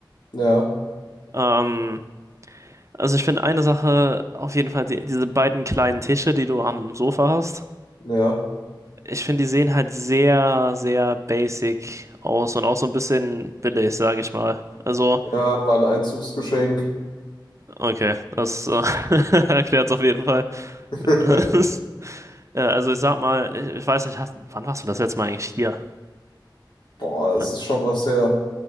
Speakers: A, on the left; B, on the right.
A: ja.
B: Ähm, also ich finde eine Sache auf jeden Fall, die, diese beiden kleinen Tische, die du am Sofa hast.
A: Ja,
B: Ich finde, die sehen halt sehr, sehr basic aus und auch so ein bisschen billig, sage ich mal. Also,
A: ja, war ein Einzugsgeschenk.
B: okay, das äh, <laughs> erklärt es auf jeden Fall.
A: <laughs>
B: <laughs> Ja, also ich sag mal, ich, ich weiß nicht, hast, wann warst du das letzte Mal eigentlich hier?
A: Boah, das
B: Dann-
A: ist schon was her.